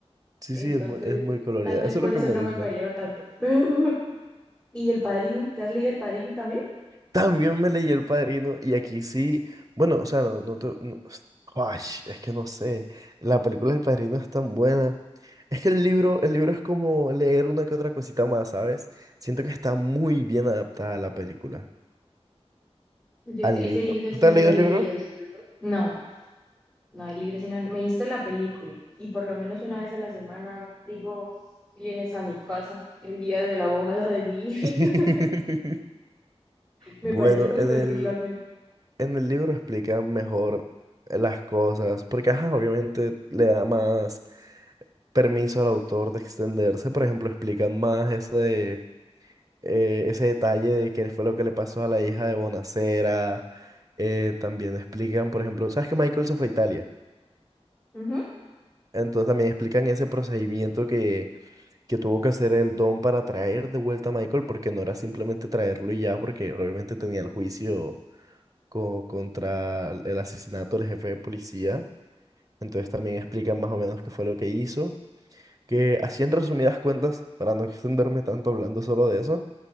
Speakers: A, on the right (about 35°); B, on the left (about 15°).
A: Sí,
B: entonces
A: sí, es muy, es muy colorida,
B: tal vez
A: eso
B: por
A: es lo que
B: eso
A: me
B: no
A: gusta.
B: me peleo tanto. <laughs> ¿Y El Padrino? ¿Te has leído El Padrino también?
A: También me leí El Padrino y aquí sí, bueno, o sea, no, no, te- no- Ay, es que no sé, la película del Padrino es tan buena. Es que el libro, el libro es como leer una que otra cosita más, ¿sabes? Siento que está muy bien adaptada a la película,
B: Yo
A: al
B: ese,
A: libro.
B: ese libro
A: ¿Tú
B: sí
A: te
B: no
A: has leído
B: lo he
A: el
B: leído.
A: libro?
B: No. No hay libre, sino me he visto la película y por lo menos una vez a la semana digo, vienes a mi casa el día de la bojada de mí. <laughs>
A: <laughs>
B: Me
A: Bueno,
B: parece justo
A: en
B: decirlo
A: el,
B: al menos.
A: en el libro explican mejor las cosas, porque ajá, obviamente le da más permiso al autor de extenderse, por ejemplo, explican más ese, eh, ese detalle de qué fue lo que le pasó a la hija de Bonacera, eh, también explican, por ejemplo, ¿sabes que Michael se fue a Italia?
B: Ujú.
A: Entonces también explican ese procedimiento que, que tuvo que hacer el Don para traer de vuelta a Michael, porque no era simplemente traerlo y ya, porque obviamente tenía el juicio co- contra el asesinato del jefe de policía. Entonces también explican más o menos qué fue lo que hizo. Que así en resumidas cuentas, para no extenderme tanto hablando solo de eso,